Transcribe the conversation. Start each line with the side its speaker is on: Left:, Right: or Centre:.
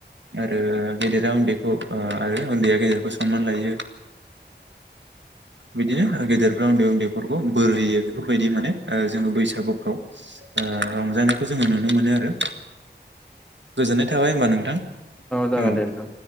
Right: आरो गेदेरा उन्दैखौ ओ आरो उन्दैया गेदेरखौ सनमान लायो बिदिनो गेदेरफ्रा उन्दै उन्दै बोर होयो बेफोरबायदि माने जोङो बैसागुफ्राव ओ रंजानायखौ जोङो नुनो मोनो आरो गोजोननाय थाबाय होनबा नोंथां
Centre: जागोन
Right: औ
Centre: दे नोंथां